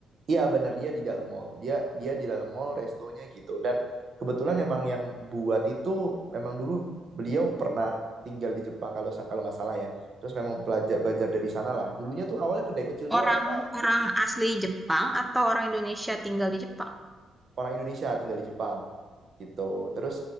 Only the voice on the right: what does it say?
Iya bener dia di dalam mall. Dia dia di dalam mall restonya gitu. Dan kebetulan emang yang buat itu memang dulu beliau pernah tinggal di Jepang kalau sa- kalau nggak salah ya. Terus memang belajar belajar dari sana lah. Dulunya tuh awalnya kedai kecil doang
Kak.
Terus
Orang Indonesia tinggal di Jepang gitu. Terus